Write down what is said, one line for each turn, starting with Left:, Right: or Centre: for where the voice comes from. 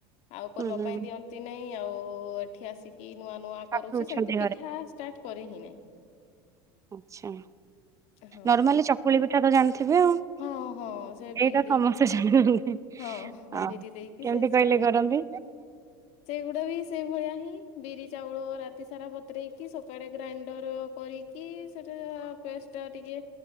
Left: ଆଉ କରିବା
Right: ହୁଁ ହୁଁ
Left: ପାଇଁ ଦିଅନ୍ତି ନାଇଁ ଆଉ ଏଠି ଆସି। କି ନୂଆ ନୂଆ
Right: ଶାଶୁ
Left: କରୁଛି।
Right: ଅଛନ୍ତି
Left: ସେମିତି ପିଠା ଷ୍ଟାର୍ଟ କରି ହିଁ ନାଇଁ।
Right: ଆଛା
Left: ହଁ
Right: ନର୍ମାଲି ଚକୁଳି ପିଠା ତ ଜାଣିଥିବେ ଆଉ।
Left: ହଁ ହଁ ସେ ବିରି
Right: ଏଇଟା
Left: ଦେଇକି
Right: ସମସ୍ତେ ଜାଣନ୍ତି
Left: ହଁଁ
Right: ଆଉ
Left: ବିରି ଦେଇକି
Right: କେମିତି
Left: ସେ
Right: କହିଲେ
Left: ଚକୁଳି
Right: କରନ୍ତି?
Left: ହଁ <inaudible> ସେଗୁଡା ବି ସେଇ ଭଳିଆ ହିଁ। ବିରି, ଚାଉଳ ରାତି ସାରା ବତୁରେଇକି ସକାଳେ ଗ୍ରାଇଣ୍ଡର କରିକି ସେଟା ପେଷ୍ଟ ଟା ଟିକେ